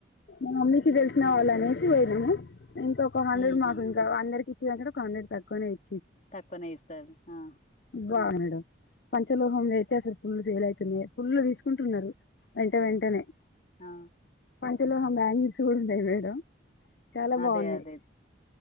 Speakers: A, on the left (about 60°); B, on the left (about 40°).
A: మా మమ్మీకి
B: ఉమ్
A: తెలిసిన వాళ్ళు అనేసి పోయినాము ఇంక ఒక హండ్రెడ్
B: ఉహు
A: మాకు ఇంకా అందరికి ఇ కన్నడ్ పక్కననేయి
B: తక్కువనే ఇస్తా ఆ
A: బాగుంది మేడం పంచలోహం వయితే ఫ ఫుల్లు చేలాయితే త పులు తీసుకుంటున్నారు వెంట వెంటనే
B: ఆ
A: పంటలో బ్రాంగూస్ కూడా ఉంటాయి మేడ చాలా
B: అదే
A: బాగున్నాయి
B: అదే